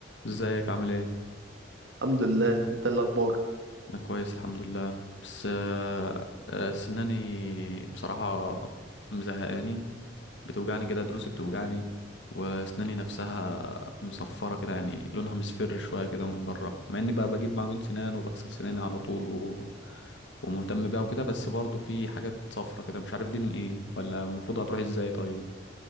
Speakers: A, on the left; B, on the right.
A: ازيك عامل ايه
B: الحمد لله انت اللي اخبار
A: انا كويس الحمد لله بس آه، آه، سناني بصراحة مزهقاني بتوجعني كده دروسي بتوجعني واسناني نفسها مصفرة كده يعني لونها مصفر شوية كده من بره مع اني بقى بجيب معجون سنان وبغسل سناني على طول و... ومهتم بيها وكده بس برضه في حاجات صفرة كده مش عارف دي من ايه ولا المفروض هتروح ازاي طيب